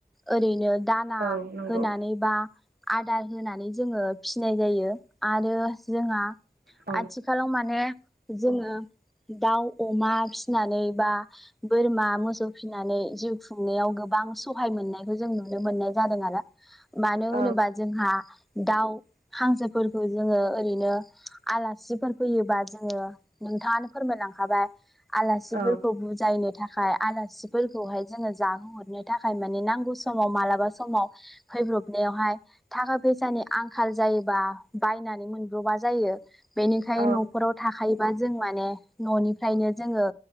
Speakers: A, in the centre; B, on the right (about 75°).
A: ओरैनो दाना
B: औ नंगौ
A: होनानै बा आदार होनानै जोङो फिसिनाय जायो आरो जोंहा
B: औ
A: आथिखालाव माने जोङो दाउ अमा फिसिनानै बा बोरमा मोसौ फिसिनानै जिउ खुंनायाव गोबां सहाय मोननायखौ जों नुनो मोननाय जादों आरो मानो
B: औ
A: होनोबा जोंहा दाउ हांसोफोरखौ जोङो ओरैनो आलासिफोर फैयोबा जोङो नोंथाङानो फोरमायलांखाबाय आलासिफोरखौ
B: औ
A: बुजायनो थाखाय आलासिफोरखौहाय जोङो जाहोहरनो थाखाय माने नांगौ समाव मालाबा समाव फैब्रबनायावहाय थाखा फैसानि आंखाल जायोबा बायनानै मोनब्रबा जायो बेनिखायनो
B: औ
A: नख'राव थाखायोबा जों माने न'निफ्रायनो जोङो